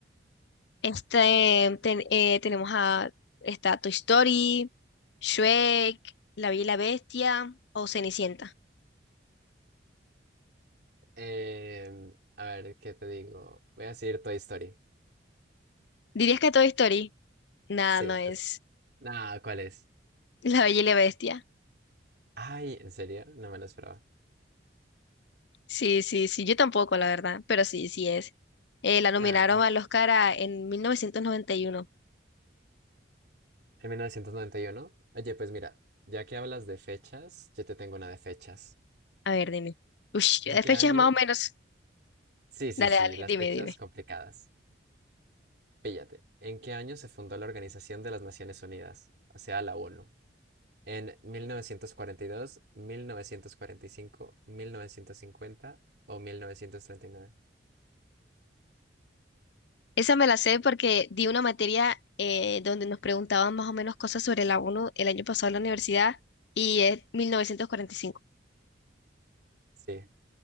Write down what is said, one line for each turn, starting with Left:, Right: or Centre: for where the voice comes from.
Left: Este, ten- eh, tenemos a esta Toy Story, Shrek, La Bella y la Bestia o Cenicienta.
Right: Em, a ver, ¿qué te digo? Voy a decir Toy Story.
Left: ¿Dirías que Toy Story? Nada,
Right: Sí,
Left: no es
Right: Nah, ¿cuál es?
Left: <laughs> La Bella y la Bestia.
Right: Ay, ¿en serio? No me lo esperaba.
Left: Sí, sí, sí, yo tampoco, la verdad, pero sí, sí es. Eh, la nominaron
Right: Nah,
Left: al Oscar a- en mil novecientos noventa y uno
Right: en 1991. Oye, pues mira, ya que hablas de fechas, yo te tengo una de fechas.
Left: A ver, dime. Ush,
Right: ¿En
Left: de
Right: qué
Left: fechas
Right: año?
Left: más o menos.
Right: Sí, sí,
Left: Dale,
Right: sí,
Left: dale,
Right: las
Left: dime,
Right: fechas
Left: dime.
Right: complicadas. Píllate. ¿En qué año se fundó la Organización de las Naciones Unidas? O sea, la ONU. ¿En mil mil novecientos novecientos cuarenta cuarenta y y dos, mil novecientos cuarenta y cinco, mil novecientos cincuenta o mil novecientos treinta y nueve.
Left: Esa me la sé porque di una materia eh, donde nos preguntaban más o menos cosas sobre la ONU el año pasado en la universidad y es 1945.
Right: Sí,